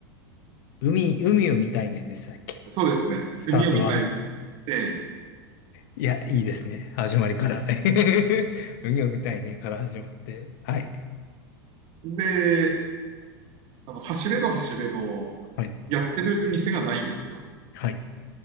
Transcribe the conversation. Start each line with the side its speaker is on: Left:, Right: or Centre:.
Left: 海、海を見たいねでしたっけ
Right: そうですね。
Left: スタートは。
Right: 海を見たいに行って、
Left: いや、いいですね。始まりから。<laughs> 海を見たいねから始まって。はい。
Right: で、あの、走れど走れど、
Left: はい。
Right: やってる店がないんですよ。
Left: はい。